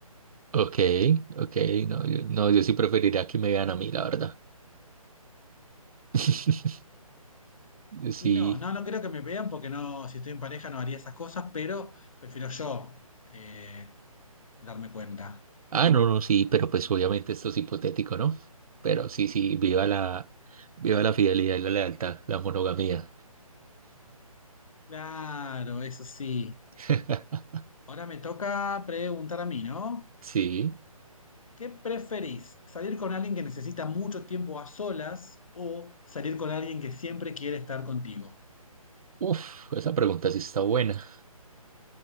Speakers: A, on the right; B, on the left.
A: ok, ok. No, yo, no, yo sí preferiría que me vean a mí, la verdad. <laughs> Sí.
B: Y no, no, no creo que me vean porque no, si estoy en pareja no haría esas cosas, pero prefiero yo eh, darme cuenta.
A: Ah, no, no, sí, pero pues obviamente esto es hipotético, ¿no? Pero sí, sí, viva la, viva la fidelidad y la lealtad, la monogamía.
B: Claro, eso sí.
A: <laughs>
B: Ahora me toca preguntar a mí, ¿no?
A: Sí.
B: ¿Qué preferís? ¿Salir con alguien que necesita mucho tiempo a solas o salir con alguien que siempre quiere estar contigo?
A: Uf, esa pregunta sí está buena.